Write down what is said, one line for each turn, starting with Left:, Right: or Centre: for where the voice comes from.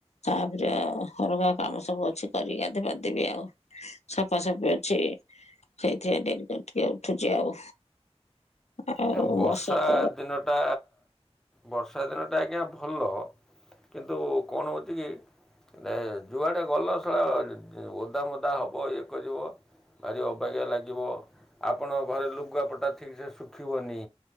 Left: ତାପରେ ଖର କାମ ସବୁ ଅଛି କରିକି ଗାଧେଇପାଢ଼େଇବି ଆଉ ସଫାସଫି ଅଛି ସେଇଥିପାଇଁ ଡେରି ଟିକେ ଉଠୁଛି ଆଉ। ଆଉ
Centre: ନା ବର୍ଷା
Left: ତ
Centre: ଦିନଟା ବର୍ଷା ଦିନଟା ଆଜ୍ଞା ଭଲ। କିନ୍ତୁ କଣ ହେଉଛି କି? ଅ ଯୁଆଡ଼େ ଗଲ <inaudible> ଓଦା ମଦା ହେବ ଇଏ କରିବ। ଭାରି ଅବାଗିଆ ଲାଗିବ ଆପଣଙ୍କ ଘରେ ଲୁଗାପଟା ଠିକିସେ ଶୁଖିବନି।